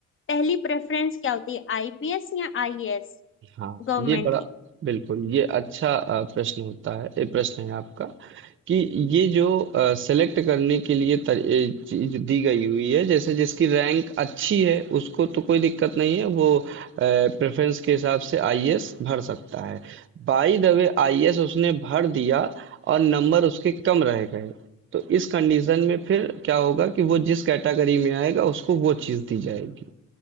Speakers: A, on the left (about 40°); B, on the right (about 40°).
A: पहली प्रेफरेंस क्या होती है आईपीएस या आईएएस
B: हाँ
A: गवर्नमेंट
B: ये बड़ा बिल्कुल ये अच्छा अ, प्रश्न होता है ये प्रश्न है आपका कि ये जो सेलेक्ट करने के लिए तर- ये चीज दी गई हुई है जैसे जिसकी रैंक अच्छी है उसको तो कोई दिक्कत नहीं है वो प्रेफरेंस के हिसाब से आईएएस भर सकता है बाय द वे आईएएस उसने भर दिया और नंबर उसके कम रह गए तो इस कंडीशन में फिर क्या होगा कि वो जिस कैटेगरी में आएगा उसको वो चीज दी जाएगी